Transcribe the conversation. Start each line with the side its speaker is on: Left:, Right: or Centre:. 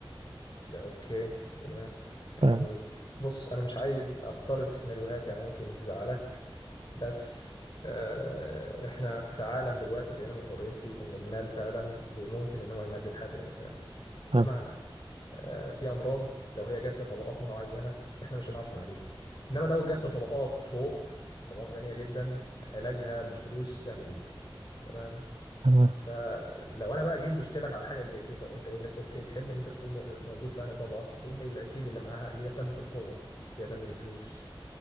Left: ده اوكي تمام يعني
Right: فاهم
Left: بص انا مش عايز افترض سيناريوهات يعني ممكن تزعلك بس آه، احنا في عالم دلوقتي بقينا مقرين فيه ان المال فعلا ب- ممكن ان هو يمدد حياة الانسان
Right: فاهم
Left: بمعنى آه، في امراض لو هي جات لطبقات معينة احنا مش هنعرف نعالجها انما لو جات لطبقات فوق طبقات غنية جدا علاجها بالفلوس سهل جدا تمام
Right: فاهم.
Left: فلو انا بقى جيت دوست لك على حاجه زي كده قمت قايل لك اوكي تحب ان انت تكون مو- موجود في انهي طبقه هتقوم قايل لي اكيد اللي معاها اللي هي تملك القوه اللي هي تملك الفلوس